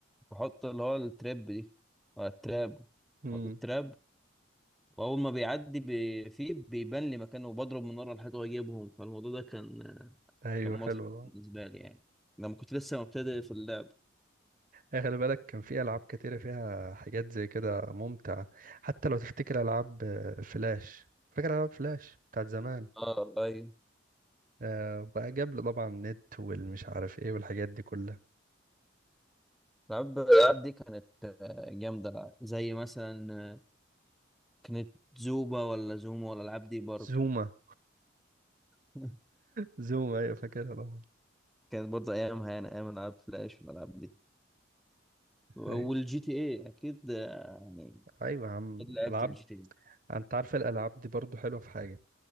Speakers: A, in the centre; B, on the right.
A: بحط اللي هو التراب دي ولا التراب
B: امم
A: بحط التراب واول ما بيعدي بي... فيه بيبان لي مكانه وبضرب من ورا الحيط واجيبهم فالموضوع ده كان
B: ايوه
A: كان مضحك
B: حلو ده
A: بالنسبه لي يعني لما كنت لسه مبتدئ في اللعب
B: إيه، خلي بالك كان في العاب كتيرة فيها حاجات زي كده ممتعة حتى لو تفتكر العاب آه، فلاش فاكر العاب فلاش بتاعت زمان
A: اه ايوه
B: آه بقى جاب لي طبعا النت والمش عارف ايه والحاجات دي كلها
A: العاب الالعاب دي كانت آه، جامده لا. زي مثلا آه، كانت زوبا ولا زوما ولا الالعاب دي برضه
B: زوما
A: <laughs>
B: زوما ايوه فاكرها طبعا
A: كانت برضه ايامها يعني ايام العاب فلاش والالعاب دي والجي
B: ايوه
A: تي اي اكيد آه، يعني
B: ايوه يا عم
A: اكيد لعبت
B: العاب
A: الجي تي اي
B: انت عارف الالعاب دي برضو حلوه في حاجه